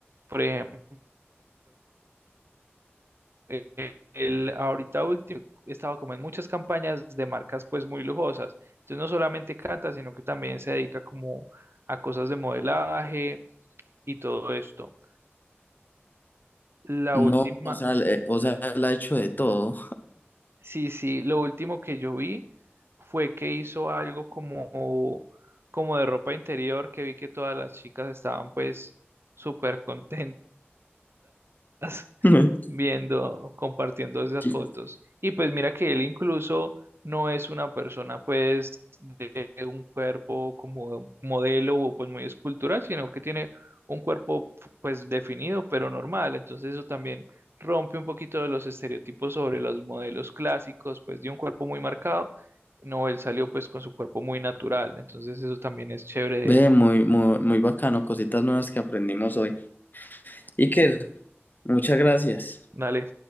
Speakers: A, on the right (about 65°); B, on the left (about 45°).
A: por ejemplo, eh, él ahorita último he estado como en muchas campañas de marcas pues muy lujosas. Entonces no solamente canta, sino que también se dedica como a cosas de modelaje y todo esto. La
B: No,
A: última,
B: o sea, le- o sea, él ha hecho de todo.
A: sí, sí, lo último que yo vi fue que hizo algo como, como de ropa interior, que vi que todas las chicas estaban pues súper contentas <laughs>
B: <laughs>
A: viendo, compartiendo esas
B: Sí.
A: fotos. Y pues mira que él incluso no es una persona pues de un cuerpo como modelo o pues muy escultural, sino que tiene un cuerpo pues definido pero normal. Entonces eso también rompe un poquito de los estereotipos sobre los modelos clásicos pues de un cuerpo muy marcado. No, él salió pues con su cuerpo muy natural. Entonces eso también es chévere de
B: Ve,
A: él.
B: muy, muy, muy bacano, cositas nuevas que aprendimos hoy. Iker, Muchas gracias.
A: Dale.